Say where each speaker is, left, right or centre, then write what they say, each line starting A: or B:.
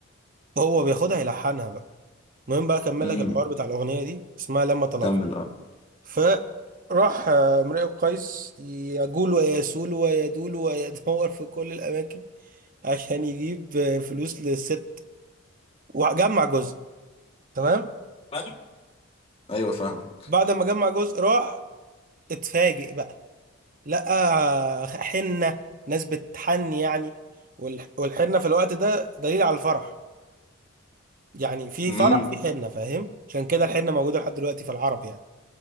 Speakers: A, on the right (about 40°); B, on the left (about 30°).
A: هو بياخدها يلحنها بقى المهم بقى أكمل
B: امم
A: لك الحوار بتاع الأغنية دي اسمها لما طلقت
B: كمل اه
A: فراح آه، امرئ قيس يجول ويسول ويدول ويدور في كل الأماكن عشان يجيب آه، فلوس للست وجمع جزء تمام
B: فاهم؟ ايوه فاهمك
A: بعد ما جمع جزء راح اتفاجئ بقى لقى آه، حنة ناس بتحني يعني والح- والحنة في الوقت ده دليل على الفرح يعني في
B: امم
A: فرح في حنة فاهم عشان كده الحنة موجودة لحد دلوقتي في العرب يعني